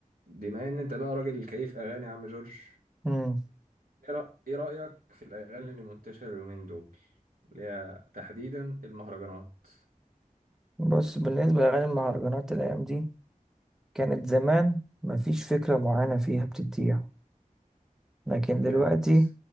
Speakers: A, on the right; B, in the centre.
A: بما ان انت بقى راجل كيف اغاني يا عم جورج
B: مم.
A: ايه رأ- إيه رأيك في الاغاني اللي منتشرة اليومين دول اللي هي تحديدا المهرجانات
B: بص بالنسبة لأغاني المهرجانات الأيام دي كانت زمان مفيش فكرة معينة فيها بتديها لكن دلوقتي
A: جامد